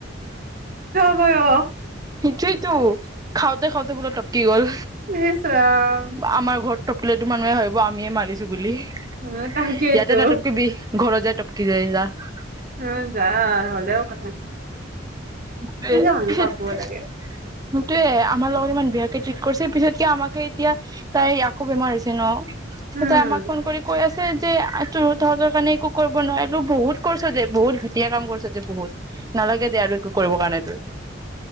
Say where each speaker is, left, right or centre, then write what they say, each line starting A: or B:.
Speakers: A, on the right; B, on the right.
A: হব
B: সিজ তো খাওঁতে খাওঁতে <unintelligible> কি গ'ল
A: ইচ ৰাম
B: আমাৰ ঘৰত টুললে মুহে আমিয়ে মাৰিছে বুলি ইয়াতে
A: উম তাকেইতো
B: নতুবকৈ বিষ ঘৰ য ত <unintelligible>
A: উ যা হলেও কথা
B: সেইটয়ে
A: সেনেকুৱা মানুহ
B: সেইটয়ে
A: পাব লাগে
B: আমাৰ লগত ইমান বিয়াকে ট্ৰিট কৰিছে পিছত কি আমাকে এতিয়া তাই আকৌ বেমাৰ হৈছে ন
A: উম
B: তই আমাক ফোন কৰি কৈ আছ যে তোৰত সহজৰ কাৰণে একো কৰিব নোৱাৰি আৰু বহুত কৰিছ যে বহুত ঘটীয়া কাম কৰিছ যে বহুত নালাগে দে আৰু একো কৰিব কাৰণাই তোৱ